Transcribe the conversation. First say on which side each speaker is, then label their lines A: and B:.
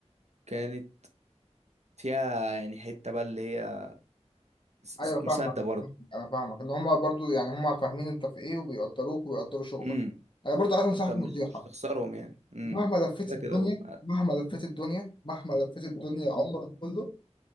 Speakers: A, on the right (about 70°); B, on the left (about 45°).
A: كانت فيها يعني حتة بقى اللي هي س-
B: أيوه
A: س-
B: فاهمك
A: مسدة برضه
B: أنا فاهمك إن هم برضو يعني هم فاهمين أنت في إيه وبيقدروك وبيقدروا شغلك
A: امم
B: أنا برضو عايز أنصحك
A: فانت مش
B: نصيحة
A: مش هتخسرهم يعني امم
B: مهما لفيت
A: كده
B: الدنيا
A: كده أبو-
B: مهما لفيت الدنيا مهما لفيت الدنيا عمرك كله